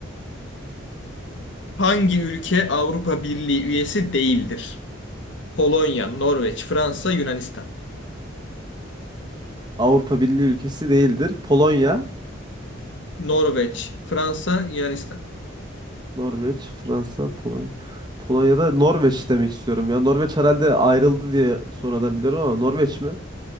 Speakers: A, on the left; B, on the right.
A: Hangi ülke Avrupa Birliği üyesi değildir? Polonya, Norveç, Fransa, Yunanistan.
B: Avrupa Birliği ülkesi değildir. Polonya,
A: Norveç, Fransa, Yunanistan.
B: Norveç, Fransa, Polonya. Polonya'da Norveç demek istiyorum ya. Norveç herhalde ayrıldı diye sonradan biliyorum ama Norveç mi?